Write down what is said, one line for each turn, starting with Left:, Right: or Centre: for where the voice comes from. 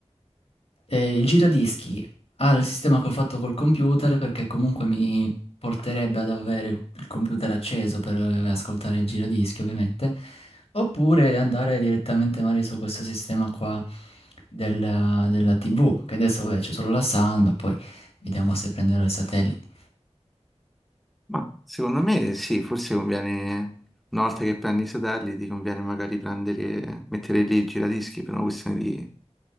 Left: eh, il giradischi al sistema che ho fatto col computer perché comunque mi porterebbe ad avere il il computer acceso per eh, ascoltare il giradischi ovviamente oppure andare direttamente magari su questo sistema qua della, della TV che adesso vabbè, c'è solo la sound ma poi vediamo se prenderò i satelliti
Centre: ma secondo me sì, forse conviene, una volta che prendi i satelliti, ti conviene magari prendere, mettere lì il giradischi per una questione di